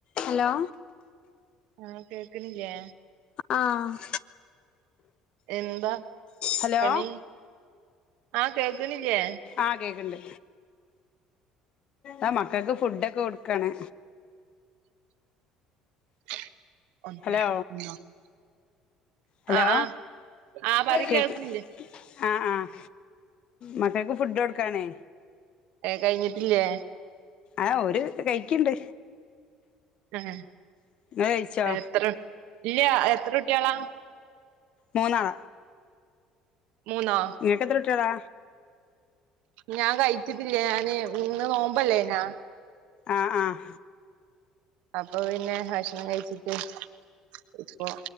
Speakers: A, on the left (about 55°); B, on the right (about 75°).
A: Hello
B: ആഹ് കേക്കണില്ലേ
A: ആഹ്
B: എന്താ
A: ഹലോ
B: പണി ആഹ് കേക്കണില്ലേ
A: ആഹ് കേക്ക്ണ്ട് ആ മക്കക്ക് ഫുഡ് ഒക്കെ കൊടുക്കാണ്
B: <unintelligible>
A: ഹലോ ഹലോ
B: ആഹ് ആഹ് ആഹ് പറി
A: കേക്ക്
B: കേൾക്കണില്ലേ
A: ആഹ് ആഹ് മക്കക്ക് ഫുഡ് കൊടുക്കാണ്
B: കഴിഞ്ഞിട്ടില്ലേ
A: ആഹ് ഓര് കഴിക്കണ്ട്
B: ആഹ്
A: ഇങ്ങള് കഴിച്ചോ
B: എത്ര ഇല്ല എത്ര കുട്ടികളാ
A: മൂന്നാള
B: മൂന്നോ
A: നിനക്കെത്ര കുട്ടികളാ
B: ഞാൻ കഴിച്ചിട്ടില്ല ഞാന് ഇന്ന് നോമ്പല്ലേനാ
A: ആഹ് ആഹ്
B: അപ്പൊ പിന്നെ ഭഷണം കഴിച്ചിട്ട് ഇപ്പോ